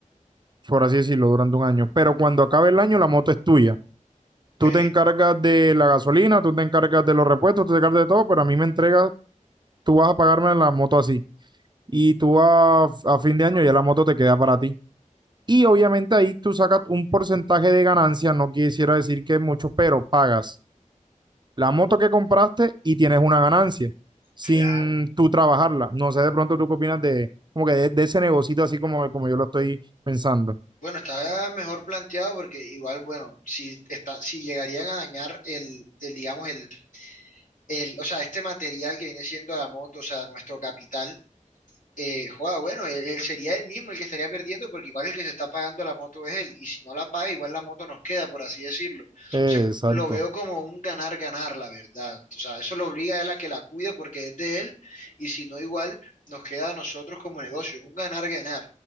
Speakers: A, on the right; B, on the left.
A: por así decirlo, durante un año. Pero cuando acabe el año, la moto es tuya.
B: Ok,
A: Tú te encargas de la gasolina, tú te encargas de los repuestos, tú te encargas de todo, pero a mí me entregas, tú vas a pagarme la moto así. Y tú a, a fin de año ya la moto te queda para ti. Y obviamente ahí tú sacas un porcentaje de ganancia, no quisiera decir que es mucho, pero pagas la moto que compraste y tienes una ganancia sin
B: claro.
A: tú trabajarla. No sé, de pronto tú qué opinas de, como que de, de ese negocito así como, como yo lo estoy pensando.
B: Bueno, está mejor planteado porque igual, bueno, si está, si llegarían a dañar el, el, digamos, el, el, o sea, este material que viene siendo la moto, o sea, nuestro capital, eh, joda, bueno, él, él sería él mismo el que estaría perdiendo porque igual el que se está pagando la moto es él y si no la paga igual la moto nos queda, por así decirlo.
A: Eh,
B: Entonces
A: Exacto.
B: lo veo como un ganar-ganar, la verdad. O sea, eso lo obliga a él a que la cuide porque es de él y si no igual nos queda a nosotros como negocio, es un ganar-ganar.